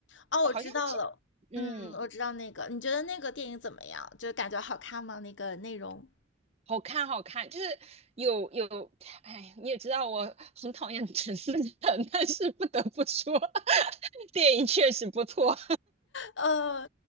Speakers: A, on the left; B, on the right.
A: 哦，我知道了。
B: 好像这，
A: 嗯，
B: 嗯。
A: 我知道那个。你觉得那个电影怎么样？就感觉好看吗？那个内容？
B: 好看，好看，就是有有，哎，你也知道我很讨厌 <laughs> 陈思诚，但是不得不说，<laughs> 电影确实不错。
A: 呃，